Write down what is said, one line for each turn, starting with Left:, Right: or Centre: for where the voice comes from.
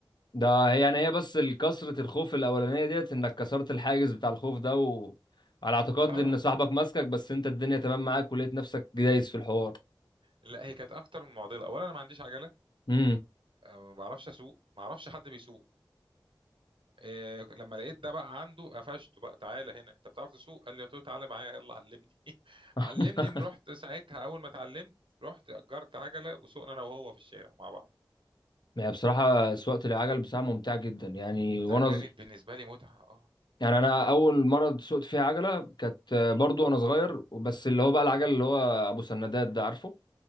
Left: ده هي يعني هي بس كسرة الخوف الاولانيه ديت انك كسرت الحاجز بتاع الخوف ده وعلى اعتقاد
Right: اه
Left: ان صاحبك ماسكك بس انت الدنيا تمام معاك ولقيت نفسك دايس في الحوار
Right: لا هي كانت اكتر من معضله اولا انا ما عنديش عجله
Left: امم
Right: آه، ما بعرفش اسوق ما اعرفش حد بيسوق إيه لما لقيت ده بقى عنده قفشته بقى تعالى هنا انت بتعرف تسوق قال لي قلت له تعالى معايا يلا علمني <laughs>
Left: <laughs>
Right: علمني رحت ساعتها اول ما اتعلمت رحت اجرت عجله وسوقنا انا وهو في الشارع مع بعض
Left: هي بصراحه سواقه العجل بصراحه ممتعه جدا يعني
Right: ده
Left: وانا
Right: كانت بالنسبه لي متعه اه
Left: يعني انا اول مره سوقت فيها عجله كانت آه،
Right: مم.
Left: برضو وانا صغير وبس اللي هو بقى العجل اللي هو ابو سندات ده عارفه